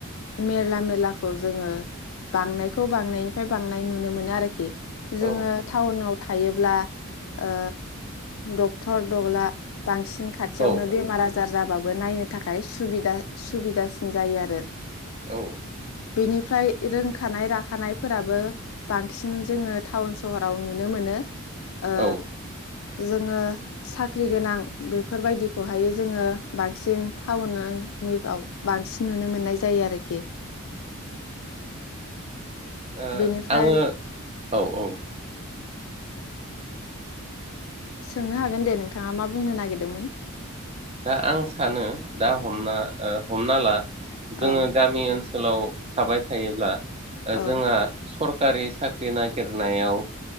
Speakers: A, on the left (about 70°); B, on the right (about 30°).
A: मेरला मेलाखौ जोङो बांनायखौ बांनायनिफ्राय बांनाय नुनो मोनो आरोखि। जोङो
B: औ
A: टाउनाव थायोब्ला ओ डक्टर दब्ला बांसिन खाथियावनो
B: औ
A: बेमार आजार जाबाब बो नायनो थाखाय सुबिदा सुबिदास जायो आरो।
B: औ
A: बेनिफ्राय रोंखानाय राखानायफोराबो बांसिन जोङो टाउन सहराव नुनो मोनो। ओ
B: औ
A: जोङो साख्रि गोनां बेफोरबायदिखौहाय जोङो बांसिन टाउन निआव बांसिन नुनो मोननाय जायो आरोखि।
B: ओ
A: बेनिफ्राय
B: आङो औ औ
A: सोंनो हागोन दे नोंथाङा मा बुंनो नागिरदोंमोन
B: दा आं सानो दा हमना हमना ला जोङो
A: औ
B: गामि ओनसोलाव थाबाय थायोब्ला ओ
A: औ
B: जोंहा सरखारि साख्रि नागिरनायाव